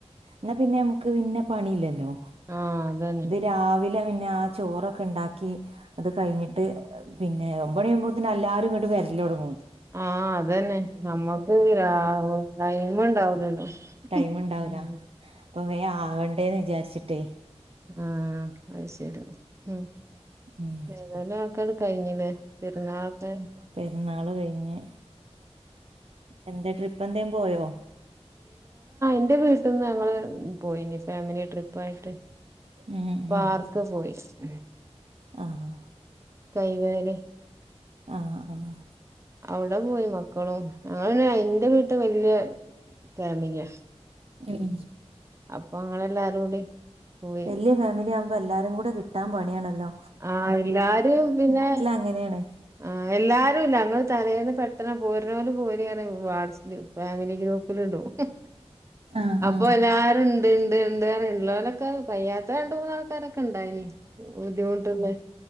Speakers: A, on the right; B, on the right.
A: ന്നാ പിന്നെ നമ്മക്ക് പിന്നെ പണി ഇല്ലല്ലോ
B: ആഹ് അതന്നെ
A: ത് രാവിലെ ല്ലേ പിന്നെ ആ ചോറൊക്കെ ണ്ടാക്കി അത് കഴിഞ്ഞിട്ട് പിന്നെ ഒമ്പതണിയാവുമ്പോത്തിന് എല്ലാരും ങ്ങട് വരലോട്ങ്ങും
B: ആ അതന്നെ നമ്മക്കിത് രാവിലെ ടൈം ഉണ്ടാവൂലല്ലോ
A: ടൈമുണ്ടവൂല
B: ഉം
A: അപ്പൊ വേം ആവണ്ടേ <unintelligible> വിചാരിച്ചിട്ടേ
B: ആ അയ്ശരി ഉം
A: ഉം
B: ഏതാലും ആള്ക്കാര് കഴിഞ്ഞു ല്ലേ പെരുന്നാള് ആഹ്
A: പെരുന്നാള് കഴിഞ്ഞ് എന്താ ട്രിപ്പ് എന്തേലും പോയോ
B: ന്റെ വീട്ടിൽ നിന്നാ ഞങ്ങള് പോയീന് ഫാമിലി ട്രിപ്പ്‌ ആയിട്ട്
A: ഉം
B: പാർക്ക്
A: ഉം
B: പോയി <inaudible> <unintelligible>
A: ആഹ്
B: കൈകാര്
A: ആഹ് ആഹ്
B: അവിടെ പോയി മക്കളും ഞങ്ങള് ന്റെ വീട്ടിൽ വല്യ ഫാമിലി ആ
A: ഉം
B: അപ്പോ ഞങ്ങൾ എല്ലാരും കൂടി പോയി
A: വല്യ ഫാമിലി ആവുമ്പൊ എല്ലാ ല്ലാരും കൂടെ കിട്ടാൻ പണി ആണല്ലോ
B: ആഹ് എല്ലാരും പിന്നെ
A: അങ്ങനെയാണ്
B: ആഹ് എല്ലാരുല്ല ഞങ്ങള് തന്നെ തലേന്ന് പെട്ടന്ന് പോരണോര് പോര് പറഞ്ഞു വാട്സ്ആപ്പ് ഫാമിലി ഗ്രൂപ്പില് ഇടും ഹ്
A: ആഹ്
B: അപ്പൊ
A: ആഹ്
B: എല്ലാരും ഇണ്ട് ഇണ്ട് ഇണ്ടാരുന്ന് ഉള്ളോരൊക്കെ വയ്യാത്ത രണ്ടു മുന്ന് ആൾകാർ ഒക്കെ ഇണ്ടായ്ന് ബുദ്ധിമുട്ട് <unintelligible>